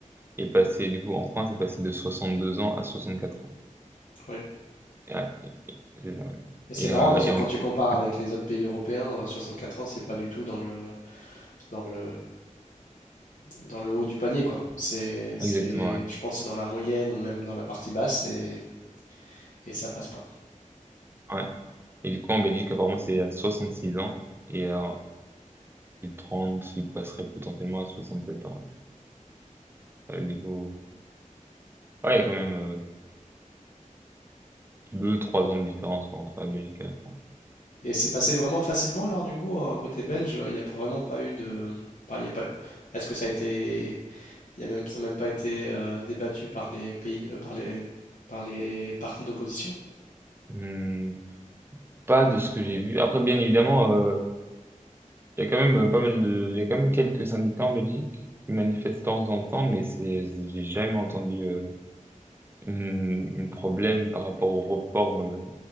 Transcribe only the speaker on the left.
Oui
et c'est
marrant
parce que
quand
tu compares avec
les autres pays européens, heu, 64 ans, c'est pas du tout dans le dans le, dans le haut du panier, quoi. C'est, c'est,
je pense que c'est dans la moyenne ou même dans la partie basse et, et ça passe pas.
Et c'est passé vraiment facilement, alors du coup, euh, côté belge, il n'y a pas- vraiment pas eu de. pas- il y a pas... Est-ce que ça a été. Il y a même... Ça n'a même pas été euh, débattu par les pays de- euh, par les... par les partis d'opposition?